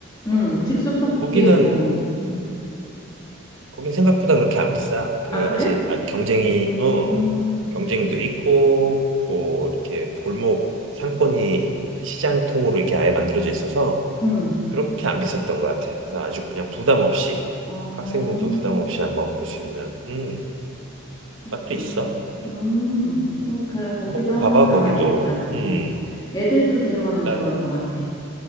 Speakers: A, on the left; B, on the right.
A: 음,
B: 어
A: 즉석 떡볶이
B: 거기는
A: 뭐. 응.
B: 거긴 생각보다 그렇게 안 비싸. 그
A: 아, 그래?
B: 아직 아, 경쟁이
A: 음,
B: 어 경쟁도 있고 고 이렇게 골목 상권이 그 시장통으로 이렇게 아예 만들어져 있어서
A: 음,
B: 그렇게 안 비쌌던 것 같아. 그래서 아주 그냥 부담 없이
A: 어,
B: 학생들도 부담 없이 한번 갈 수 있는 음
A: 그렇구나.
B: 맛도 있어. 음,
A: 음,
B: 음.
A: 어, 그래, 거기도
B: 한번 꼭
A: 한번
B: 가봐
A: 가봐야겠다.
B: 거기도. 음,
A: 어, 애들도 데려가면
B: 나
A: 좋을 것 같아.